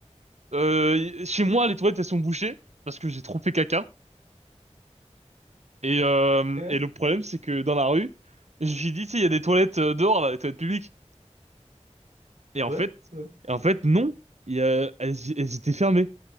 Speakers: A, on the right; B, on the right.
A: Euh, chez moi, les toilettes, elles sont bouchées parce que j'ai trop fait caca. Et, euh,
B: Hein
A: et le problème, c'est que dans la rue, je me suis dit, tu sais, il y a des toilettes euh, dehors, là, des toilettes publiques. Et en
B: Ouais,
A: fait,
B: ouais.
A: en fait, non, il y a, elles, elles étaient fermées.